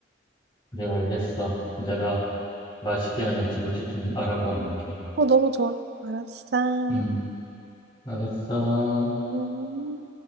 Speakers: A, on the left; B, on the right.
A: 그래요, 알겠어. 내가, 맛있게 하는 중국집 좀 알아봐 놓을게.
B: 어, 너무 좋아. 알았어.
A: 음, 알았어.
B: 음.